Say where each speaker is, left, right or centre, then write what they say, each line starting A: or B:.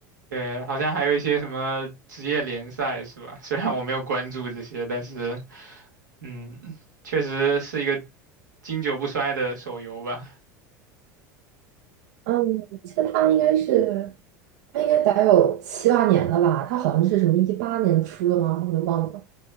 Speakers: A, on the right; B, on the right.
A: 对，好像还有一些什么职业联赛是吧？<laughs> 虽然我没有关注这些，但是嗯，确实是一个经久不衰的手游吧。
B: 嗯，我记得它应该是它应该得有七八年了吧？它好像是什么一八年出的吗？我都忘了。